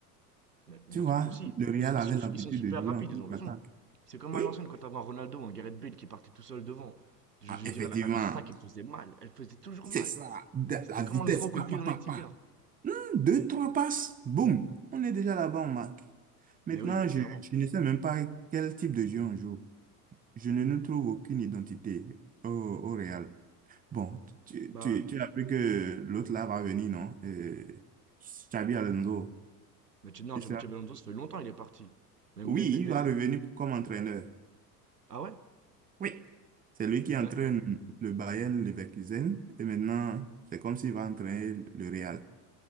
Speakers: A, on the right (about 80°); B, on the right (about 20°).
A: Mais bien
B: Tu vois,
A: sûr que si.
B: le Real
A: Ils, ils
B: avait
A: sont,
B: l'habitude
A: ils sont super
B: de jouer
A: rapides,
B: en contre-attaque.
A: ils ont raison. C'est comme
B: Oui,
A: à l'ancienne, quand t'avais un Ronaldo ou un Gareth Bale qui partait tout seul devant. Je,
B: ah,
A: je
B: effectivement.
A: dirais, la, la contre-attaque, elle faisait mal. Elle faisait toujours
B: C'est
A: mal.
B: ça. De-
A: C'était
B: La vitesse,
A: comme un grand
B: pa,
A: coup de
B: pa,
A: pied dans
B: pa,
A: les tibias.
B: pa. Hmm, deux, trois passes, boum. On est déjà là-bas, on marque. Maintenant,
A: Mais oui, mais
B: je,
A: clairement.
B: je ne sais même pas quel type de jeu on joue. Je ne nous trouve aucune identité au, au Real. Bon, tu,
A: Bah,
B: tu, tu as appris que l'autre là va venir, non? Euh, Xabi Alonso.
A: Mais Che- non,
B: Il
A: Che-
B: sera-
A: Che Belhonzo, ça fait longtemps, il est parti. Mais,
B: Oui,
A: mais, mais,
B: il
A: mais-
B: va revenir comme entraîneur.
A: ah ouais?
B: Oui. C'est lui qui
A: Mais-
B: entraîne
A: mais-
B: le Bayern Leverkusen et maintenant, c'est comme s'il va entraîner le Real.